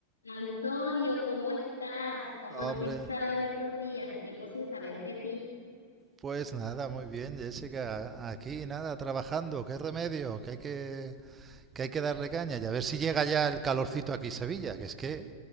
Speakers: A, on the left (about 75°); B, on the right (about 20°).
A: Antonio, ¿cómo estás? ¿Cómo
B: Hombre,
A: has estado en estos días? Tiempo sin saber de ti.
B: pues nada, muy bien, Jessica. Aquí nada, trabajando. Qué remedio, que hay que, que hay que darle caña. Y a ver si llega ya el calorcito aquí en Sevilla, que es que